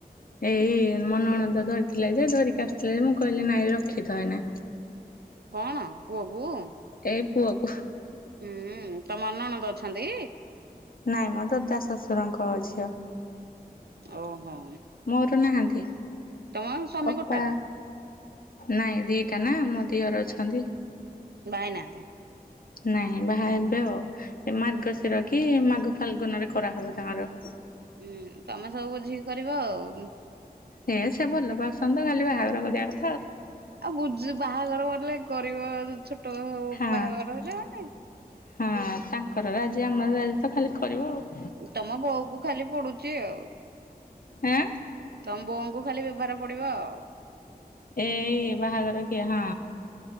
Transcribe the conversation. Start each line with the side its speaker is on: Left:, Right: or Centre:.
Left: ଏଇ ମନଣନ୍ଦ ଧରିଥିଲା ଯେ ଧରିକି ଆସିଥିଲା ଯେ ମୁଁ କହିଲି ନାଇଁ ରଖିିଥା ଏଇନା।
Right: କଣ ପୁଅକୁୁ?
Left: ଏଇ ପୁଅକୁୁ।
Right: ହୁଁ ତମର ନଣନ୍ଦ ଅଛନ୍ତି?
Left: ନାଇଁ ମୋ ଦଦା ଶଶୁରଙ୍କ ଝିଅ
Right: ଓହୋ।
Left: ମୋର ନାହାନ୍ତି
Right: ତମ ସ୍ୱାମୀ
Left: ଅପା
Right: ଗୋଟାକ
Left: ନାଇଁ ଦିଟା ନା ମୋ ଦିଅର ଅଛନ୍ତି।
Right: ବାହ ହେଇ ନାହାଁନ୍ତି।
Left: ନାଇଁ ବାହା ହେବେ ଆଉ ଏ ମାର୍ଗଶିର କି ମାଗ ଫାଲ୍ଗୁନରେ କରାହବ ତାଙ୍କର।
Right: ହୁଁ ତମେ ସବୁ ବୁଝିକି କରିବ ଆଉ।
Left: ହେ ସେ ଭଲ ପାଉଛନ୍ତି ଖାଲି ବାହାଘର କରିବାଆ କ
Right: ଆଉ ବୁ ବାହାଘର ବଲେ ଗରିବ ଛୋଟ
Left: ହଁ
Right: ବାହାଘର ହେଲେ ମାନେ
Left: ହଁ ତାଙ୍କର ରାଜି ଆମର ରାଜି ତ ଖାଲି କରିବ ଆଉ।
Right: ତମ ବୋଉ କୁ ଖାଲି ପଡୁଛି ଆଉ।
Left: ଆଁ
Right: ତମ ବୋଉ ଙ୍କୁ ଖାଲି ବ୍ୟବହାର ପଡିବ ଆଉ।
Left: ଏଇ ବାହାଘର କିଏ ହଁ।